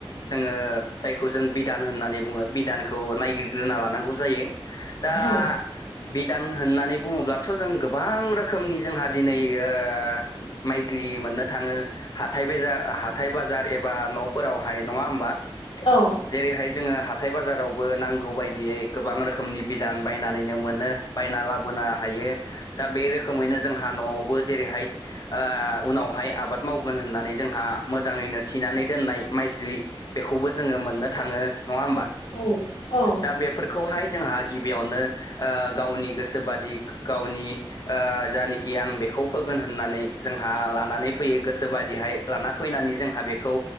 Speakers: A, on the left (about 40°); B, on the left (about 70°).
A: जोङो जायखौ जों बिधान होननानै बुङो बिधानखौ नायगिरग्रोना लानांगौ जायो। दा
B: औ
A: बिदान होननानै बुङोब्लाथ' जों गोबां रोखोमनि जोंहा दिनै ओ ओ माइस्लि मोननो थाङो हाथथाय बेजा हाथाय बाजार एबा न'फोरावहाय नङा होमबा
B: औ
A: जेरैहाय जोङो हाथाय बाजारावबो नांगौ बायदियै गोबां रोखोमनि बिधान बायनानैनो मोनो। बायना लाबोनो हायो दा बे रोखोमैनो जोंहा न'आवबो जेरैहाय ओ उनावहाय आबाद मावगोन होननानै जोंहा मोजाङैनो थिनानै दोननाय माइजलि बेखौबो जोङो मोननो थाङो नङा हबा
B: औ औ
A: दा बेफोरखौहाय जोंहा गिबियावनो ओ गावनि गोसोोबादि गावनि ओ जायानखि आं बेखौ फोगोन होन होननानै जोंहा लानानै फैयो गोसोोबादिहाय लाना फैनानै जों जोंहा बेखौ